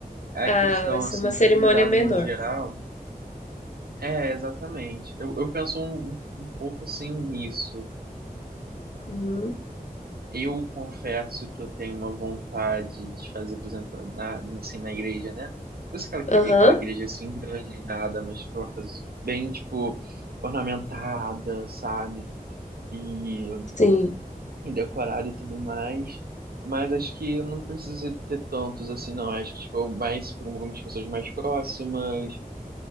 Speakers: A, on the right; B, on the left.
A: A
B: Ah,
A: questão
B: vai ser
A: assim
B: uma cerimônia
A: de convidado
B: menor.
A: no geral. É, exatamente. Eu, eu penso um, um um pouco assim nisso.
B: Uhum.
A: Eu confesso que eu tenho uma vontade de fazer, por exemplo, na, assim, na igreja, né? Por isso aquela,
B: Aham.
A: que- aquela igreja é, assim grande e nada, mas tipo, aquela coisa bem, tipo, ornamentada, sabe? E,
B: Sim.
A: e decorada e tudo mais. Mas acho que eu não preciso ter tantos assim, não. Acho que, tipo, mais para algumas pessoas mais próximas,